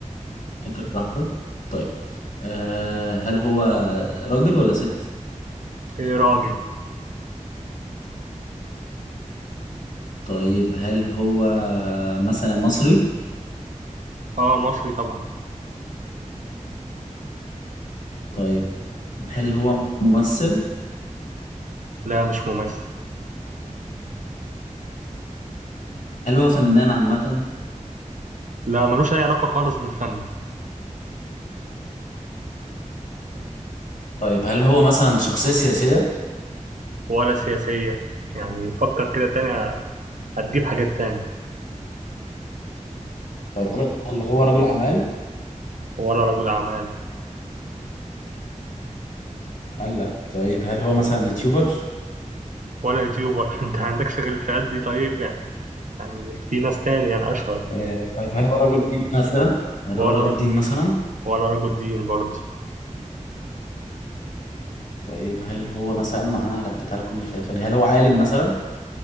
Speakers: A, on the left; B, on the right.
A: فكر براحتك طيب أه هل هو راجل ولا ست؟
B: إيه راجل
A: طيب هل هو مثلا مصري؟
B: اه مصري طبعا
A: طيب هل هو ممثل؟
B: لا مش ممثل
A: هل هو فنان عامة؟
B: لا ملوش أي علاقة خالص بالفن
A: طيب هل هو مثلا شخصية سياسية؟
B: ولا سياسية يعني فكر كده تاني هتجيب حاجات تاني
A: طيب هل هل هو رجل أعمال؟
B: ولا رجل أعمال
A: الله طيب هل هو مثلا يوتيوبر
B: ولا يوتيوبر <laughs> أنت عندكش غير الفئات دي طيب يعني يعني في ناس تاني يعني أشهر
A: آه، طيب هل هو رجل دين مثلا هل
B: ولا
A: هو رجل
B: رجل
A: دين مثلا
B: ولا رجل دين برضه
A: طيب هل هو مثلا معناها لفيت على كل الفئات ولا هل هو عالم مثلا